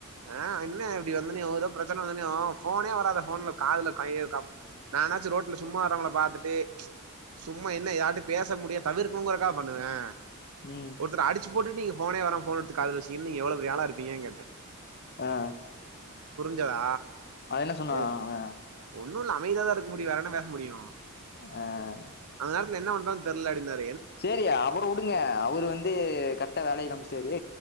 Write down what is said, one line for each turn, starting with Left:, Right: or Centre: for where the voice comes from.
Right: அஹ்ன் இன்ன இப்டி வந்தனெயு ஏதோ பிரச்சனை வந்தொன்னையு போனே வராத போன்ல காதுல கைய நனாச்சு ரோட்ல சும்மா வர்றவங்களை பாத்துட்டு சும்மா என்ன யார்ட்டையு பேச முடிய தவிர்க்கணுங்கிறக்கா பண்ணுவே
Left: உம்
Right: ஒருத்தர அடிச்சி போட்டு நீங்க ஃபோனே வேனா ஃபோன் எடுத்து காதுல வச்சிட் நீங்க எவ்ளோ பெரியாழ இருப்பீங்கனு கேட்டே
Left: ஆஹ்ன்
Right: புரிஞ்சிதா
Left: என்ன சொன்னா
Right: எது
Left: அவ
Right: ஒண்ணு இல்ல அமைதியாதா இருக்க முடியு வேற என்ன பேச முடியு
Left: அஹ்
Right: அந்த நேரத்ல என்ன பண்றது தெர்ல அப்டினார்
Left: செரி அவறவுடுங்க அவரு வந் து கரெக்டா வேலையை காமிச்சிட்டாரு